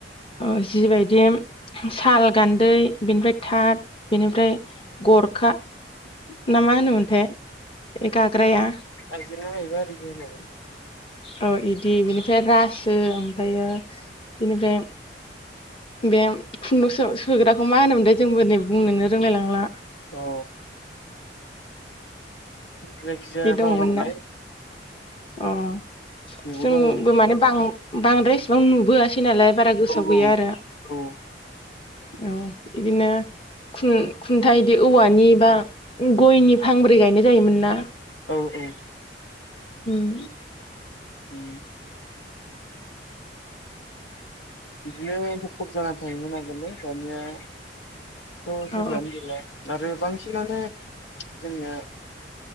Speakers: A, on the left (about 30°); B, on the left (about 85°).
A: ओ जिबायदि साल गान्दै बेनिफ्राय थाथ बेनिफ्राय गरखा ना मा होनोमोनथाय बे गाग्राया
B: आयजें आयलाइरि गोमाबाय
A: औ इदि बेनिफ्राय रासो ओमफ्रायो बेनिफ्राय बे खुन्दुं सो सोग्राखौ मा होनोमोन थाय जोंबो नै बुंनोनो रोंलायलांला
B: औ जायखिजाया
A: बे दंमोन
B: बावहरबाय
A: ना अ
B: बेबो
A: जोंबो
B: दङमोन
A: माने बां बांद्राय इसेबां नुबोया सै नालाय बारा
B: औ
A: गोसोआव गैया आरो
B: औ
A: औ बिदिनो खुन खुनथा इदि औवानि बा गयनि फांब्रै गायनाय जायोमोन ना
B: औ औ
A: उम
B: उ बिदिनो मखब जाना थायोमोन आगोलो दानिया थ जेबोआनो
A: औ
B: गैला आरो बांसिनानो जोङो